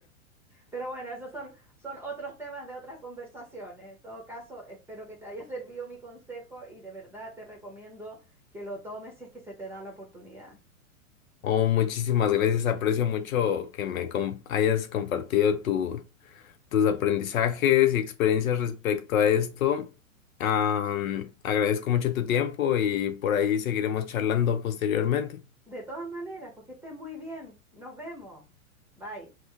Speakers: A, in the centre; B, on the left (about 70°).
A: Pero bueno, esos son, son otros temas de otras conversaciones. En todo caso, espero que te haya <laughs> servido mi consejo y de verdad te recomiendo que lo tomes si es que se te da la oportunidad.
B: Oh, muchísimas gracias. Aprecio mucho que me com- hayas compartido tu- tus aprendizajes y experiencias respecto a esto. Am, agradezco mucho tu tiempo y por ahí seguiremos charlando posteriormente.
A: De todas maneras, pues que estés muy bien. Nos vemos. Bye.